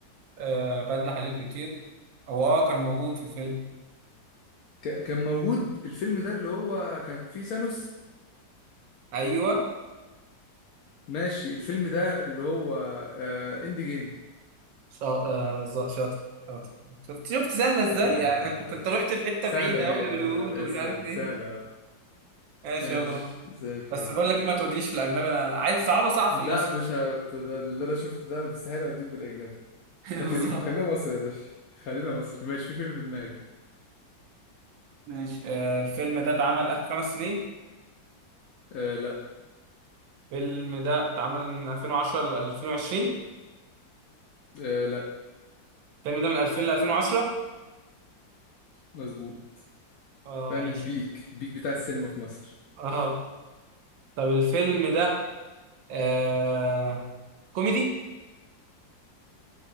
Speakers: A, on the right; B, on the left.
A: آه بدلة حديد بيطير هو اه كان موجود في الفيلم
B: ك- كان موجود الفيلم ده اللي هو كان فيه ثانوس
A: ايوه
B: ماشي الفيلم ده اللي هو آه اند جيم
A: شا... آه ز- شاطر شاطر شفت شفت سهله
B: حبيب
A: ازاي
B: قلبي
A: يعني
B: والله
A: انت انت رحت في حته
B: سهلة
A: بعيده
B: ج-
A: قوي
B: يا
A: باليهود
B: نهار
A: ومش
B: اسود
A: عارف ايه
B: سهلة
A: ماشي
B: ماشي
A: يلا دور.
B: زي الفل
A: بس بقول لك إيه، ما تودينيش في الاجنبي انا عايز صعبه صعب
B: لا
A: في المصري
B: مش ه... ده اللي انا شفته ده مستحيل اديك بالاجنبي
A: <laughs> بالظبط
B: ده خليك خلينا مصري يا باشا خلينا مصري ماشي في فيلم في دماغي
A: ماشي آه الفيلم ده اتعمل اخر خمس سنين
B: آه لا
A: الفيلم ده اتعمل من 2010 ل 2020
B: آه لا
A: الفيلم ده من 2000 ل 2010
B: مظبوط
A: اه
B: فعلا
A: ماشي
B: البيك البيك بتاع السينما في مصر
A: اه طب الفيلم ده آه كوميدي